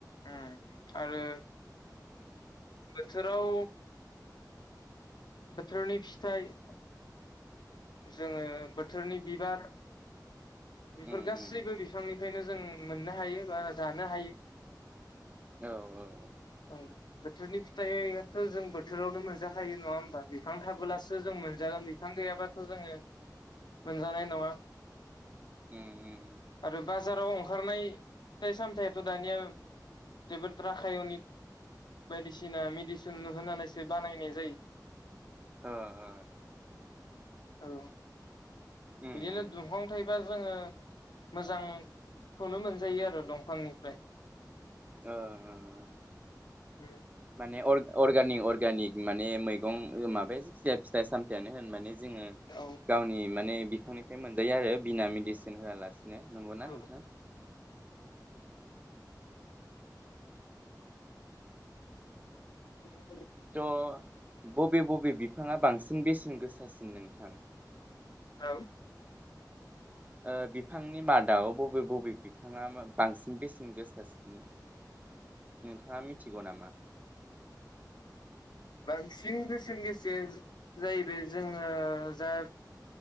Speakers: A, on the left; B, on the right.
A: उम आरो बोथोराव बोथोरनि फिथाइ जोङो बोथोरनि बिबार बेफोर
B: उम
A: गासैबो
B: उम
A: बिफांनिफ्रायनो जों मोननो हायो बा जानो हायो
B: औ औ
A: औ बोथोरनि फिथाइथ जों बोथोरावनो मोनजाखायो नङा होमबा बिफां थाबोलासो जों मोनजागोन। बिफां गैयाबाथ' जोङो मोनजानाय नङा
B: उम उम।
A: आरो बाजाराव ओंखारनाय फिथाइ सामथाइयाथ दानिया जोबोद राखायनिक बायदिसिना मेडिसिन होनानैसो बानायनाय जायो।
B: ओ ओ
A: औ।
B: उम
A: बिदिनो
B: उम
A: दुंफां थायोबा जोङो मोजां खौनो मोनजायो आरो दंफांनिफ्राय
B: ओं ओं।
A: हम।
B: माने अर-अर्गानिक अर्गानिक माने मैगं माबाया फिथाइ-सामथायानो होन माने जोङो
A: औ
B: गावनि माने बिफांनिफ्राय मोनजायो आरो बिना मेडिसिन होआलासे। <inaudible> नंगौ ना
A: औ
B: नोंथां। <inaudible>
A: <unintelligible>
B: ज' बबे बबे बिफाङा बांसिन बेसेन गोसासिन नोंथां?
A: औ।
B: ओ बिफांनि मादाव बबे बबे बिफाङा मा बांसिन बेसेन गोसासिन नोंथाङा मिथिगौ नामा?
A: बांसिन बेसेन गोसाया जाहैबाय जोङो जा